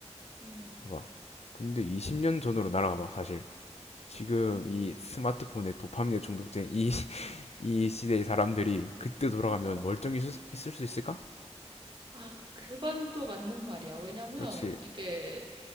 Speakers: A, on the right; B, on the left.
A: 음.
B: 봐봐. 근데 20년 전으로 날아가봐, 사실. 지금 이 스마트폰에 도파민에 중독된 이, <laughs> 이 시대의 사람들이 그때 돌아가면
A: 어.
B: 멀쩡히 있을, 있을 수 있을까?
A: 아, 그건 또 맞는 말이야. 왜냐면
B: 그렇지.
A: 이게